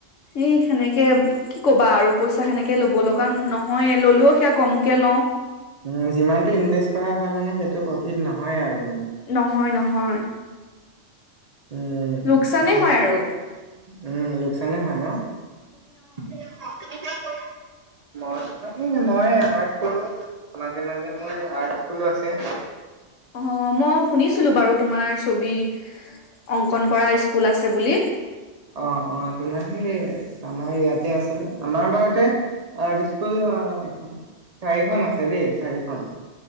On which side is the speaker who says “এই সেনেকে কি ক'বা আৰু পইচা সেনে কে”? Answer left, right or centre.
Left